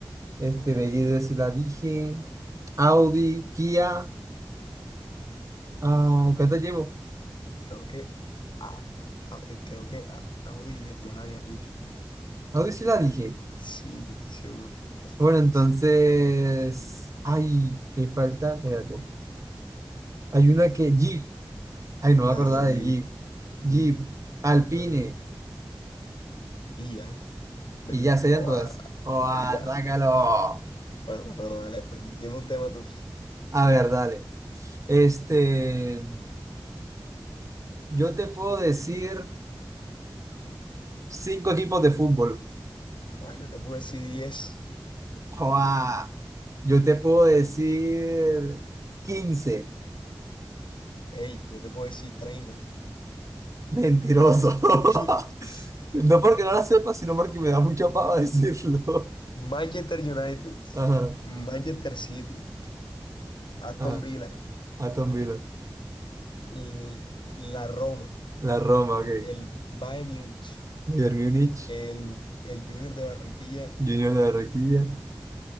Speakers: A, on the right; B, on the left.
A: este,
B: Ok.
A: B Y D sí la dije. Audi, Kia, ah, ¿cuántas llevo?
B: Creo que, ah, ah, eh, creo que ah, Audi ya, ya la habías dicho.
A: Audi sí la dije.
B: Sí, yo estoy seguro. Las-
A: Bueno,
B: las-
A: entonces, ay, me falta, espérate. Hay una que Jeep. Ay, no
B: Ah,
A: me acordaba
B: Jeep,
A: de Jeep.
B: Jeep.
A: Jeep, Alpine.
B: ah, y ya, veinte
A: Y ya serían
B: oh,
A: todas.
B: ah,
A: ¡Oh, ah,
B: ya.
A: sácalo!
B: Bueno, bueno, dale, pues di- dime un tema tú.
A: A ver, dale. Este, yo te puedo decir cinco equipos de fútbol.
B: Ay, yo te puedo decir diez
A: ¡Oh, ah! Yo te puedo decir quince,
B: Ey, yo te puedo decir treinta
A: Mentiroso. <laughs>
B: <laughs>
A: No porque no la sepa, sino porque me da mucha pava decirlo.
B: Manchester United,
A: <laughs> Ajá,
B: Manchester City, Aston
A: ajá.
B: Villa,
A: Aston Villa.
B: l- la Roma,
A: La Roma,
B: el,
A: ok.
B: el Bayern Múnich,
A: Bayern Múnich,
B: el, el Junior de Barranquilla,
A: Junior de Barranquilla.